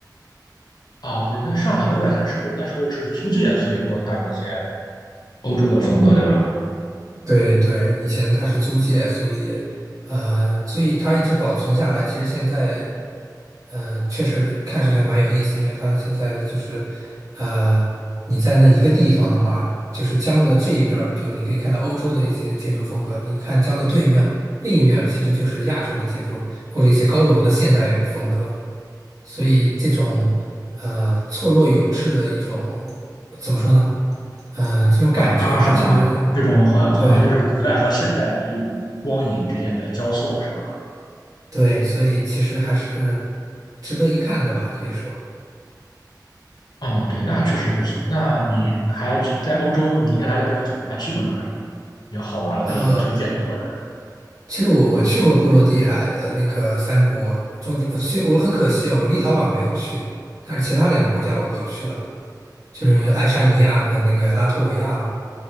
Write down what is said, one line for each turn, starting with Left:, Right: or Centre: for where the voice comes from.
Left: 哦，对，那上海的外滩是不是那时候是租界？所以说它有一些欧洲的风格，对吧？
Right: 对对，以前它是租界，所以呃，所以它一直保存下来。其实现在呃，确实看上去还蛮有意思，因为它现在就是呃，你在那一个地方的话，就是江的这一边儿就你可以看到欧洲的一些建筑风格；你看江的对面，另一面儿其实就是亚洲的建筑或者一些高楼的现代风格。所以这种呃错落有致的一种怎么说呢？呃，这种感觉吧，
Left: 反差是吗？
Right: 其实
Left: 这种好好好像是古代和现代的一种光影之间的交错，
Right: 对。
Left: 是吧？
Right: 对，所以其实还是值得一看的吧，可以说。
Left: 嗯，对，那确实不错。那你还去在欧洲，你应该来的比较久，还去过哪里比较好玩的可以推荐给我的？
Right: 呃，其实我我去过波罗的海的那个三国中，呃其实我很可惜哦，我立陶宛没有去，但是其他两个国家我都去了，就是爱沙尼亚和那个拉脱维亚嘛。